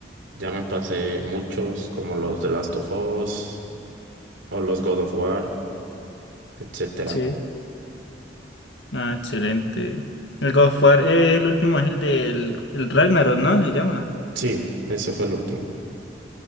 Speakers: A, on the right; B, on the left.
A: ya me pasé muchos como los de Last of Us o los God of War, etcétera
B: Sí. Ah, excelente. El God of War, eh, el último es el del el Ragnarok, ¿no? Se llama.
A: Sí, ese fue el último.